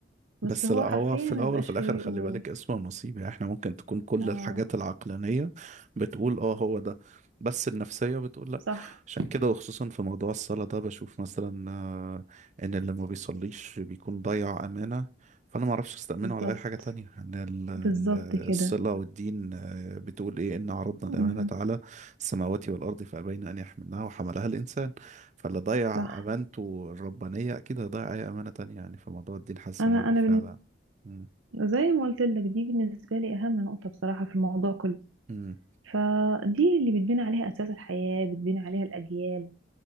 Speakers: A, on the right; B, on the right.
A: بس
B: بس
A: هو
B: لا
A: حرفيا
B: هو في
A: ما
B: الاول
A: بيبقاش
B: وفي الاخر
A: فيه
B: خلي
A: قبول
B: بالك اسمه نصيب يعني احنا ممكن تكون كل
A: اه
B: الحاجات العقلانيه بتقول اه هو ده بس النفسيه بتقول لا
A: صح
B: عشان كده وخصوصا في موضوع الصلاه ده بشوف مثلا آه، ان اللي ما بيصليش بيكون ضيع امانه فانا ما اعرفش استامنه
A: بالظبط
B: على اي حاجه تانية ان ال- ال-
A: بالظبط
B: الصله
A: كده
B: والدين آه، بتقول ايه ان عرضنا الامانه
A: أمم،
B: على السماوات والارض فابين ان يحملنها وحملها الانسان فاللي ضيع
A: صح
B: امانته الربانيه اكيد هيضيع اي امانه تانية يعني فموضوع الدين حاسس
A: انا
B: ان هو بالفعل
A: انا
B: يعني. مم.
A: زي ما قلت لك دي بالنسبة لي أهم نقطة بصراحة في الموضوع كله
B: مم.
A: فدي اللي بتبني عليها أساس الحياة بتبني عليها الأجيال